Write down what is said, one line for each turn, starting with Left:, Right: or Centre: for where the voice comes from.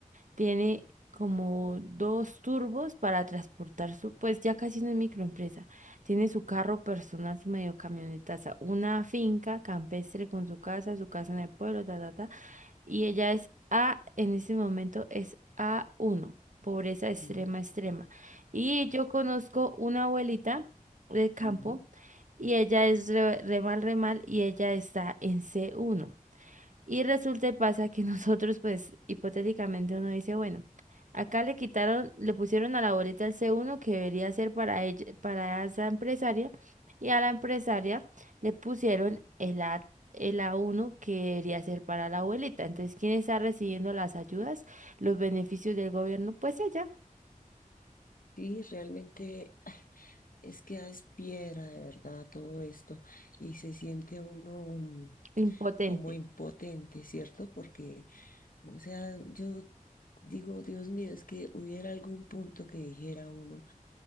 Right: Tiene como dos turbos para transportar su, pues ya casi no es microempresa. Tiene su carro personal, su medio camionetaza, una finca campestre con su casa, su casa en el pueblo, ta, ta, ta y ella es A, en este momento es a uno pobreza extrema,
Left: Mm,
Right: extrema. Y yo conozco una abuelita del campo
Left: ujú.
Right: y ella es re, re mal, re mal y ella está en c uno y resulta y pasa que <laughs> nosotros, pues, hipotéticamente uno dice, bueno, acá le quitaron, le pusieron a la boleta el C1 que debería ser para ella, para esa empresaria, y a la empresaria le pusieron el A, el A1 que debería ser para la abuelita. Entonces, ¿quién está recibiendo las ayudas, los beneficios del gobierno? Pues ella,
Left: Sí, realmente <sighs> ah, es que es piedra de verdad todo esto y se siente uno mm,
Right: impotente.
Left: como impotente, ¿cierto? Porque O sea, yo digo, Dios mío, es que hubiera algún punto que dijera uno,